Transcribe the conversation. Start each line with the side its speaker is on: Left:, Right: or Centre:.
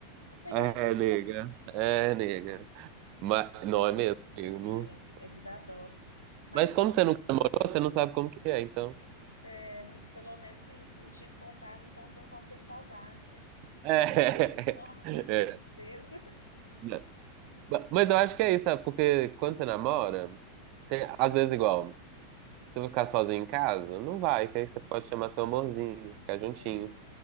Left: <laughs>
Right: É, nega. É, nega. Mas não é mesmo, amigo. Não-
Left: É é de dar dó. Mas
Right: Mas como você nunca namorou, você não sabe como que é, então.
Left: é, né, pelo menos isso, não tive contato, então tem como ter saudade, né?
Right: É.
Left: Nossa,
Right: <laughs> É.
Left: <laughs> que tristeza.
Right: Mas eu acho que é isso, sabe? Porque quando você namora, tem, às vezes igual. Você vai ficar sozinho em casa? Não vai,
Left: é.
Right: que aí você pode chamar seu amorzinho, ficar juntinho.
Left: É.